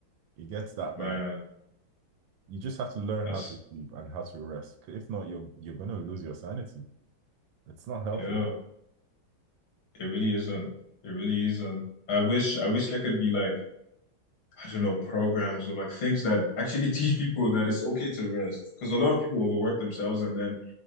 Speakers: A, on the right; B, on the left.
A: It gets that
B: Man,
A: bad. You just have to learn
B: that's
A: how to sleep and how to rest. 'Cause If not, you're you're gonna lose your sanity. It's not healthy.
B: yeah. It really isn't. It really isn't. I wish I wish there could be like I don't know, programs or like things that actually <laughs> teach people that it's okay to rest. Because a lot of people overwork themselves, and then